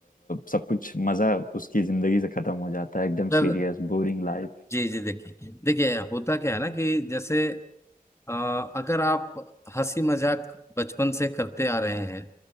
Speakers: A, on the left (about 65°); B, on the left (about 20°).
A: सब कुछ मजा उसकी जिंदगी से खत्म हो जाता है एकदम
B: सर
A: सीरियस बोरिंग लाइफ
B: जी जी देखिए देखिए होता क्या है ना कि जैसे अ, अगर आप हंसी मजाक बचपन से करते आ रहे हैं